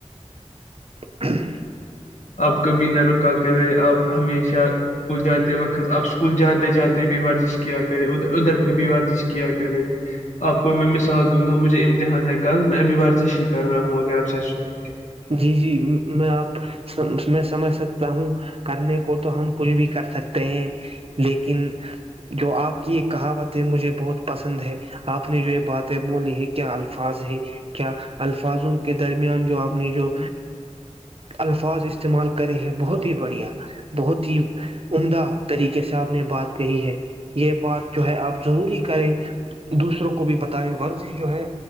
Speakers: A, on the right (about 50°); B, on the left (about 75°).
A: <unintelligible>
B: آپ کبی نہ رکا کرے آپ ہمیشہ اسکول جاتے وقت آپ اسکول جاتے جاتے بھی ورزش کیا کرے ادھر ادھر پہ بھی ورزش کیا کرے آپ کو میں مثال دوں گا مجھے امتحان ہے کل میں ابھی ورزش ہی کر رہا ہوں اگر آپ سچ سنیں گے
A: جی جی میں آپ میں سمجھ سکتا ہوں کرنے کو تو ہم کچھ بھی کر سکتے ہیں لیکن جو آپ کی یہ کہاوت ہے مجھے بہت پسند ہے آپ نے جو یہ باتیں بولی ہے کیا الفاظ ہے کیا الفاظوں کے درمیان جو آپ جو الفاظ استعمال کرے ہیں بہت ہی بڑھیا بہت ہی عمدہ طریقے سے آپ نے بات کہی ہے یہ بات جو ہے آپ ضروری کریں دوسروں کو بھی بتائیں ورزش جو ہے